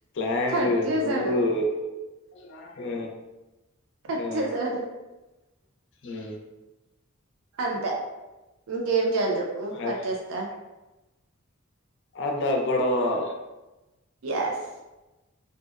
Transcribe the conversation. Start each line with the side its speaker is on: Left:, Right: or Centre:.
Left: స్లాంగ్
Right: కట్ చేసాడు
Left: నువ్వు ఉ
Right: కట్
Left: ఊ
Right: చేసాడు
Left: ఉ
Right: అంతే, ఇంకేం చేయాలి చెప్పు
Left: అ
Right: కట్ చేస్తా
Left: అదా గొడవ ఆ
Right: ఎస్